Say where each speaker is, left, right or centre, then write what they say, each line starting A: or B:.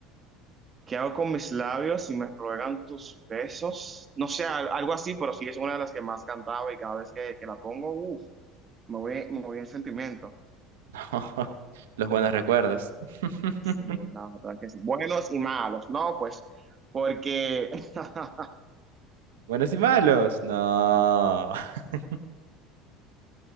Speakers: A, on the right; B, on the right.
A: ¿Qué hago con mis labios si me ruegan tus besos? No sé, al- algo así, pero sí es una de las que más cantaba y cada vez que, que la pongo, uff, me voy, me voy en sentimiento.
B: <laughs> No. Los buenos recuerdos. <laughs>
A: Sí, la verdad que sí. Buenos y malos, ¿no? Pues porque <laughs>
B: Buenos y malos. No. <laughs>